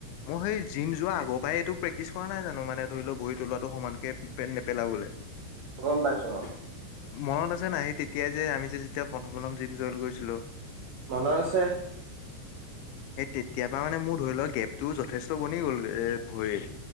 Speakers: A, on the left; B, on the right.
A: মই, সেই জিম যোৱা আগৰ পৰাই, এইটো প্ৰেক্টিচ কৰা নাই জানোঁ? মানে ধৰি লওঁ, ভৰি তলোৱাটো সমানকে নেপেলাবলে।
B: গম পাইছোঁ, অ'!
A: মনত আছে নাই? সেই তেতিয়াই যে, আমি যে যেতিয়া, প্ৰথম, প্ৰথম জিম জইন কৰিছিলোঁ!
B: মনত আছে।
A: সেই, তেতিয়াৰ পৰা মানে, মোৰ ধৰি লওঁক, গেপটোও যথে তো বনি গ'ল এ, ভৰি।